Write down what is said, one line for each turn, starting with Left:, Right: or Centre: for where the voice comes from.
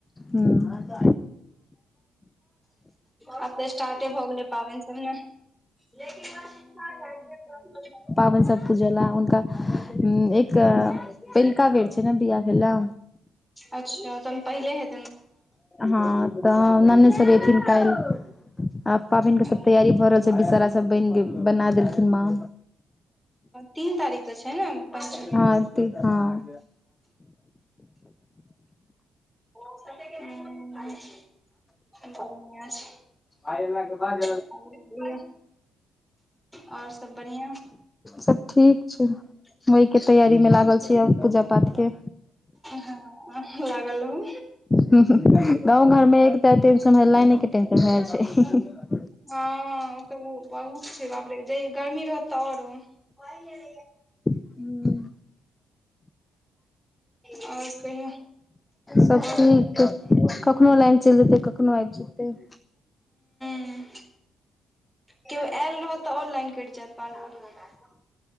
Left: ह
Centre: आब तऽ स्टार्टे भऽ गेलै पाबैन सब नै। <unintelligible>
Left: पाबैन सब पूजाला हुनका उम्म एक पहिलका बेर छै ने बियाह भेला।
Centre: अच्छा त हम पहिल हे
Left: हाँ तऽ नानी सब एथिन काइल, आ पाबनि के सब
Centre: ओ
Left: तैयारी भए रहल छै विषारा सबबने बना देलखिन मां
Centre: तीन तारीख के छै ने पंचमी
Left: हाँ ती हाँ <inaudible>
Centre: ओ <unintelligible>
Left: आइला के बाद
Centre: छै और सब बढ़िया
Left: सब ठीक छै, ओहि के तैयारी मे लागल छी। <unintelligible> पूजा पाठ के
Centre: हँ लागल रहू
Left: गाँव घरमे एकटाऽ टेंशन है, लाइनेके टेंशन भए जाइ छै।
Centre: हाँ तो उ बहुत छै, बाप रे ज गर्मी रहत तऽ औरो प गेल
Left: हूँ
Centre: <unintelligible> और कहु
Left: सब
Centre: औ
Left: ठीक कखनो लाइन चलि जेतै कखनो आबि जेतै। <inaudible>
Centre: ह्म्म केओ आयल रहत तऽ औरो लाइन कटि जायत <unintelligible>